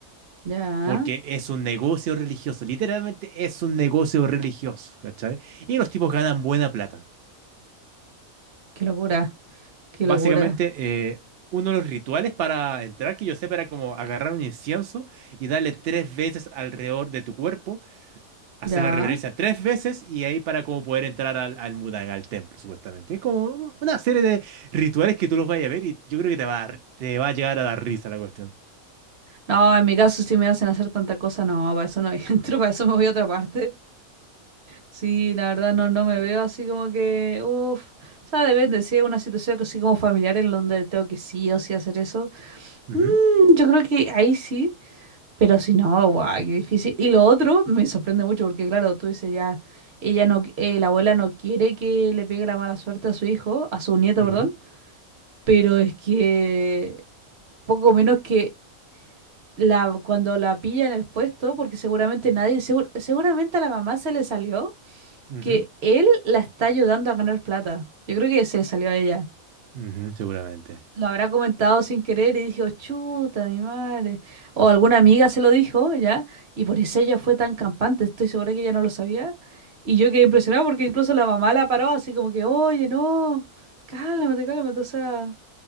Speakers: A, on the right; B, on the right.
A: Ya.
B: porque es un negocio religioso, literalmente es un negocio religioso, ¿cachai? Y los tipos ganan buena plata.
A: Qué locura. Qué
B: Básicamente,
A: locura.
B: eh, uno de los rituales para entrar, que yo sé, era como agarrar un incienso y darle tres veces alrededor de tu cuerpo, hacer
A: Ya.
B: la reverencia tres veces y ahí para como poder entrar al, al Mudan, al templo, supuestamente. Es como un- una serie de rituales que tú los vayas a ver y yo creo que te va a, te va a llegar a dar risa la cuestión.
A: No, en mi caso si me hacen hacer tanta cosa, no, para eso no <laughs> entro, para eso me voy a otra parte. Sí, la verdad no, no me veo así como que, uff, o sea, depende, si es una situación así como familiar en donde tengo que sí o sí hacer eso,
B: Ujú,
A: mm, yo creo que ahí sí, Pero si no, guau, qué difícil. Y lo otro me sorprende mucho porque, claro, tú dices ya, ella no, qui- eh, la abuela no quiere que le pegue la mala suerte a su hijo, a su nieto,
B: ujú,
A: perdón, pero es que poco menos que la, cuando la pilla en el puesto, porque seguramente nadie, segur- seguramente a la mamá se le salió
B: ujú,
A: que él la está ayudando a ganar plata. Yo creo que se le salió a ella.
B: ujú, seguramente.
A: lo habrá comentado sin querer y dijo, chuta, mi madre. O alguna amiga se lo dijo, ¿ya? Y por eso ella fue tan campante, estoy segura que ella no lo sabía. Y yo quedé impresionada porque incluso la mamá la paró así como que, oye, no, cálmate, cálmate, o sea,